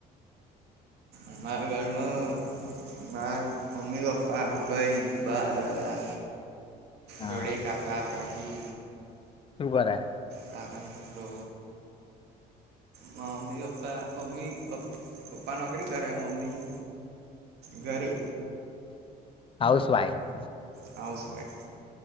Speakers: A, on the right (about 75°); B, on the left (about 30°).
A: અમારા ઘરમાં મા મમ્મી પપા ભઇ બા, દાદા
B: હા
A: જોડે
B: હા
A: કાકા કાકી
B: શું બરા
A: કાકાનો છોક્રો મા મમ્મી પપ્પા મમ્મી પપ્પા નોકરી કરે મમ્મી ઘરે
B: હાઉસ વાઇફ
A: હાઉસ વઇફ